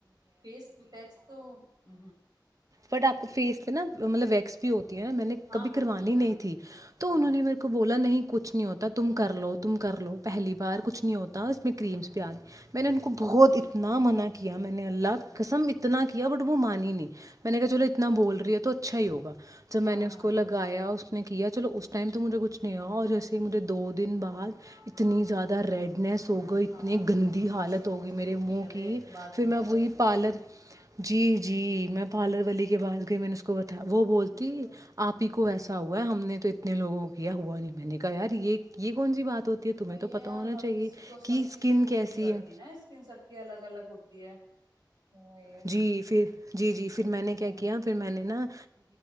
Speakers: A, on the right; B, on the right.
A: فس پیکس تو ہ
B: بٹ آپ کو فیس پ نا مطلب ویکس بھی ہو ہے نا میں نے
A: ہاں
B: کبھی
A: ہوتی
B: کروانی
A: ہے ہاں
B: نہیں تھی تو
A: ہاں
B: انہوں نے میرے کو بولا نہیں کہ کچھ نہیں ہوتا تم کر لو تم کر لو
A: ہ
B: پہلی بار
A: ہ ہ
B: کچھ نہیں ہوتا اس میں کریمس
A: ہ
B: پ آتی میں نے بہت اتنا مناع کیا کیا میں نے اللہ
A: ہاں ہاں
B: قسم اتنا کیا کیا بٹ م مانی نہیں میں نے کہ چلو اتنا بول رہی ہے تو اچھا ہی ہوگا جب میں
A: ہاں
B: نے اس
A: ہاں
B: کو لگایا اس نے چلو اس ٹائم مجھے کچھ نہیں ہوا اور جیسے ہی مجھے دو دن بعد اتنی زدہ ریڈ نیس ہوگا اتنی
A: ہاں
B: گندی حالت ہوگی
A: وہ سوٹ
B: میرے
A: نہیں
B: منہ
A: کر رہی
B: کی
A: ایک تو بات
B: پھر
A: کیوں
B: میں
A: کرا
B: وہی
A: اس نے
B: پارلر جی جی
A: ہوں
B: میں ولی کے باز گ میں نے اس کو بتا وہ بولتی آپ ہی کو ایسا ہوا ہے ہم نے تو اتنے لوگوں کو کیا ہوا نہیں میں نے کہا یار یہ یہ کون سی بات ہوتی ہے تمہیں
A: وہی
B: تو
A: یار
B: پتہ ہونا
A: ہر
B: چاہیے
A: کسی کو
B: کہ
A: سب
B: اسکن
A: چیز چھوٹ
B: کیسی
A: نہیں کرتی
B: ہے
A: نا اسکن سب کی الگ الگ ہوتی ہے وہی ہے
B: جی پھر جی جی پھر میں نے
A: ہاں
B: کیا
A: ہوں
B: کیا پھر میں نے نا